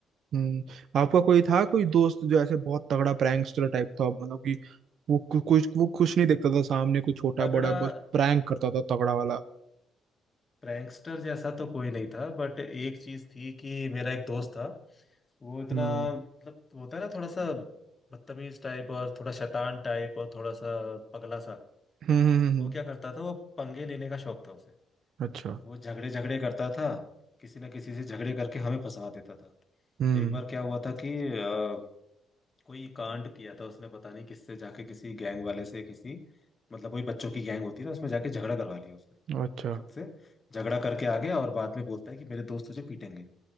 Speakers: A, on the right; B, on the left.
A: हम्म आपका कोई
B: बेचारा
A: था कोई दोस्त जो ऐसे बहुत तगड़ा प्रैंकस्टर टाइप था मतलब कि वो कु- कुछ वो कुछ नहीं देखता था सामने कुछ छोटा
B: तगड़ा
A: बड़ा बस प्रैंक करता था तगड़ा वाला
B: प्रैंकस्टर जैसा तो कोई नहीं था बट एक चीज थी कि मेरा एक दोस्त था वो इतना
A: हम्म
B: मतलब होता है ना थोड़ा सा बदतमीज टाइप और थोड़ा शैतान टाइप और थोड़ा सा पगला सा
A: हम्म हम्म,
B: वो
A: हम्म,
B: क्या करता था वो पंगे लेने का शौक था उसे
A: अच्छा
B: वो झगड़े झगड़े करता था किसी ना किसी से झगड़े करके हमें फंसा देता था
A: हम्म
B: तो एक बार क्या हुआ था कि अ, कोई कांड किया था उसने पता नहीं किससे जाके किसी गैंग वाले से किसी मतलब वही बच्चों की गैंग होती है ना उसमें जाके झगड़ा करवा लिया उसने
A: अच्छा
B: खुद से झगड़ा करके आ गया और बाद में बोलता है कि मेरे दोस्त तुझे पीटेंगे